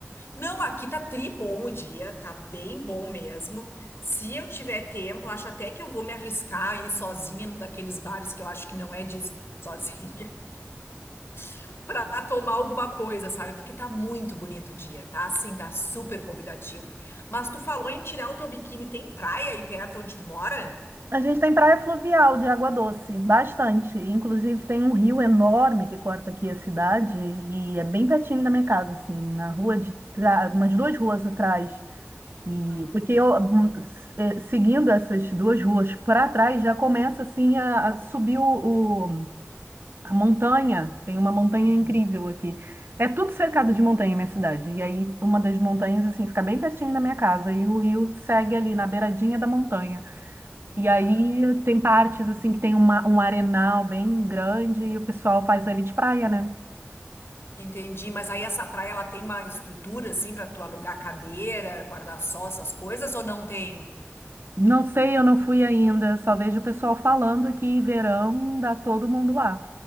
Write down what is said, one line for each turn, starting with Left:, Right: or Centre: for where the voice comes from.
Left: Não, aqui tá tri bom o dia, tá bem bom mesmo. Se eu tiver tempo, eu acho até que eu vou me arriscar a ir sozinha num daqueles bares que eu acho que não é de ir sozinha, <laughs> pra tomar alguma coisa, sabe? Porque tá muito bonito o dia, tá? Assim, tá super convidativo. Mas tu falou em tirar o teu biquíni, tem praia aí perto onde tu mora?
Right: A gente tem praia fluvial de água doce, bastante. Inclusive tem um rio enorme que corta aqui a cidade e é bem pertinho da minha casa, assim, na rua de trás, umas duas ruas atrás. E
Left: Ah,
Right: porque eu hum, s- eh, seguindo essas duas ruas para trás já começa assim a, a subir o, A montanha, tem uma montanha
Left: uhum.
Right: incrível aqui. É tudo cercado de montanha, minha cidade. E aí, uma das montanhas, assim, fica bem pertinho da minha casa. E o rio segue ali na beiradinha da montanha. E aí,
Left: Ah,
Right: tem
Left: entendi.
Right: partes, assim, que tem uma, um arenal bem grande e o pessoal faz ali de praia, né?
Left: Entendi, mas aí essa praia ela tem uma estrutura assim pra tu alugar cadeira, guarda-sol, essas coisas ou não tem?
Right: Não sei, eu não fui ainda. Só vejo o pessoal falando que verão dá todo mundo lá.